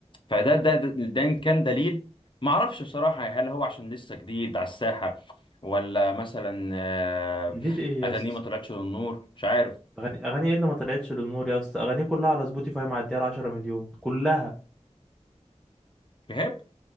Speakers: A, on the left (about 45°); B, in the centre.
A: فده ده ده, ده إن كان دليل ما اعرفش بصراحة هل هو عشان لسه جديد على الساحة ولا مثلا آه،
B: جديد ايه يا
A: اغانيه
B: اسطى
A: ما طلعتش للنور مش عارف
B: اغاني اغاني ايه اللي ما طلعتش للنور يا اسطى اغاني كلها على سبوتيفاي معديه على 10 مليون كلها
A: شهاب